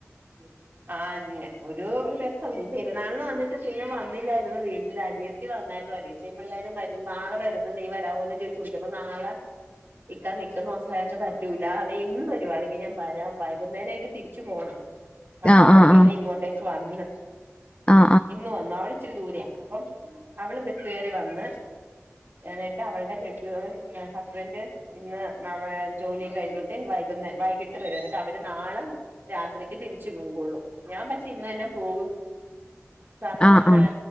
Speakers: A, on the right; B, on the left.
A: ഉം ആ അങ ഒരു രസം പെരുന്നാൾന്ന് വന്നിട്ട് പിന്നെ വന്നില്ലയിരുന്നു വീട്ടിലനി വന്നായിരുന്നു അനിയത്തി പിള്ളേരും വര നാളെ വര നീ വരമോ എന്ന് ചോദിച്ചു ച്ചപ്പ നാളെ ക്കാതെ നി പച്ച മോസായ് പറ്റൂല നീ ഇന്ന് വരുവാണെങ്കിൽ ഞാൻ വരാം വൈകുന്നേരം എനിക്ക് തിരിച്ചു പോകണം അപ്പൊ
B: ആ
A: അവള്
B: ആ
A: പിന്നെ
B: ആ
A: ഇങ്ങോട്ടേക്ക് വന്ന്
B: ആ
A: ഇന്ന് വന്നു അവള ഇച്ചിരി ദൂരെയാണ് അപ്പം അവള് ബസ് കേറി വന്ന് ന്നിട്ട് അവളുടെ കെട്യോൻ ഹസ്ബൻഡറ് ഇന്ന് ജോലിയും കഴിഞ്ഞിട്ട് വൈകുന്ന വൈകിട്ട് വരും ന്നിട്ട് അവര് നാളാ- രാത്രിക്ക് തിരിച്ചു പോവയുള്ളൂ ഞാൻ പക്ഷേ ഇന്ന് തന്നെ പോകും കാരണം
B: ആ ആ
A: നാന